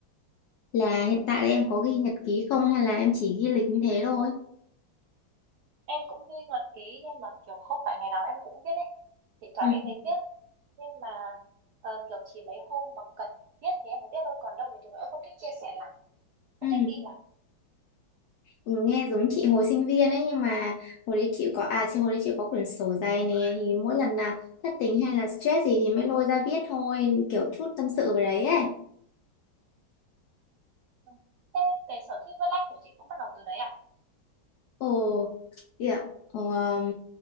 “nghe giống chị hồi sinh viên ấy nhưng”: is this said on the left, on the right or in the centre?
Left